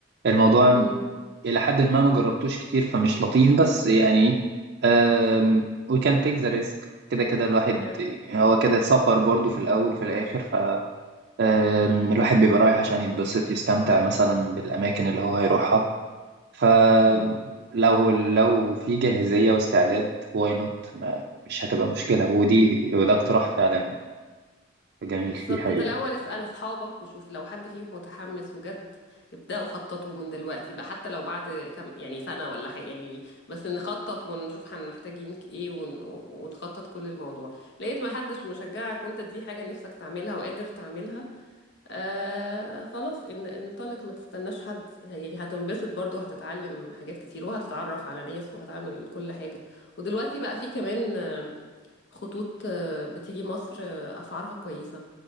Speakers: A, on the right; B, on the left.
A: الموضوع
B: امم
A: إلى حد ما ما جربتوش كتير فمش لطيف بس يعني آم، we can take the risk كده كده الواحد
B: امم
A: هو كده سفر برضه في الأول وفي الآخر ف آم، الواحد بيبقى رايح عشان يتبسط يستمتع مثلا بالأماكن اللي هو هيروحها فلو
B: امم
A: لو في جاهزية واستعداد واي نوت مش هتبقى مشكلة ودي وده اقتراح فعلا جميل
B: بالظبط
A: دي حقيقة
B: انت الاول اسأل اصحابك وشوف لو حد فيهم متحمس وجد ابدأوا خططوا من دلوقتي بقى حتى لو بعد كم يعني سنة ولا حاجة يعني بس نخطط ونشوف هن محتاجين ايه ون... ونخطط كل الموضوع لقيت ما حدش مشجعك وانت دي حاجة نفسك تعملها وقادر تعملها آه خلاص ان... انطلق ما تستناش حد يعني هتنبسط برضو هتتعلم حاجات كتير وهتتعرف على ناس وهتعمل كل حاجة ودلوقتي بقى في كمان آه، خطوط آه، بتيجي مصر آه، أسعارها كويسة